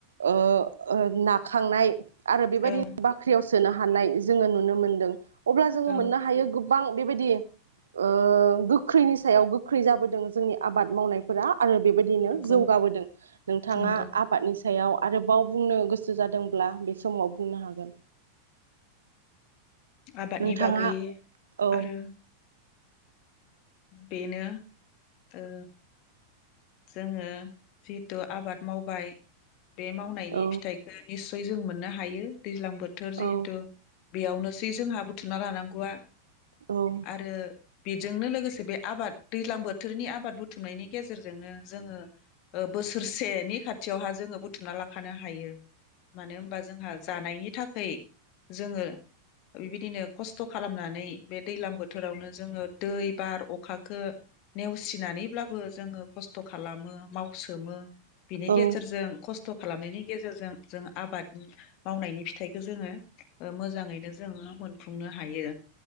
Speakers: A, on the right; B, on the left.
A: ओ, ओ नाखांनाय आरो बेबायदिनो
B: औ
A: बाख्रियाव सोनो हानाय । जोङो नुनो मोनदों। अब्ला जोङो
B: औ
A: मोननो हायो गु बां बेबायदि ओ गोख्रैनि सायाव गोख्रै जाबोदों जोंनि आबाद मावनायफोरा। आरो बेबायदिनो
B: नंगौ
A: जौगाबोदों नोंथाङा
B: नंगौ
A: आबादनि सा सायाव आरोबाव बुंनो गोसो जादोंब्ला बे समाव बुंनो हागोन।
B: आबादनि
A: नोंथाङा
B: बागै।
A: औ
B: आरो। बेनो ओ जोङो जिहेतु आबाद मावबाय। बे मावनायनि
A: औ
B: फिथाइखो निस बिजों मोननो हायो। दैज्लां बोथोर
A: औ
B: जिहेथु। बेयावनोसै जोंहा बुथुमना लानांगौआ।
A: औ
B: आरो। बेजोंनो लोगोसे बे आबाद दैज्लां बोथोरनि आबाद बुथुमनायनि गेजेर जोंनो जोङो ओ बोसोरसेनि खाथियावहा जोङो बुथुमना लाखानो हायो। मानो होनबा जोंहा जानायनि। थाखै जोङो बेबादिनो खस्थ' खालामनानै बे दैलां बोथोरावनो जोङो दै बार अखाखो नेवसिनानैब्लाबो जोङो खस्थ' खालामो मावसोमो। बिनि
A: औ
B: गेजेरजों खस्थ' थ' खालामनायनि गेजेरजों जों आबाद मावनायनि फिथाइखौ जोङो ओ मोजाङैनो जोङो मोनफुंनो हायो।